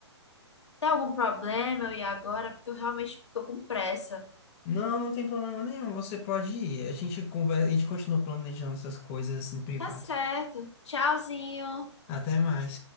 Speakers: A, on the left; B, on the left.
A: tem algum problema eu ir agora? Porque eu realmente tô com pressa.
B: Não, não tem problema nenhum. Você pode ir. A gente conversa, a gente continua planejando essas coisas no privado.
A: Tá certo. Tchauzinho.
B: Até mais.